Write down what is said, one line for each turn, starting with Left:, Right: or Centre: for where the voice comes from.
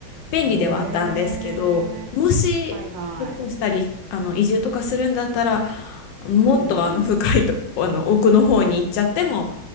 Left: 便利ではあったんですけど、
Right: うん。へえ。
Left: もし
Right: はいはい。
Left: 引っ越したり、あの移住とかするんだったら、もっとあの深いと、
Right: うんうん。
Left: <laughs> あの奥の方に行っちゃっても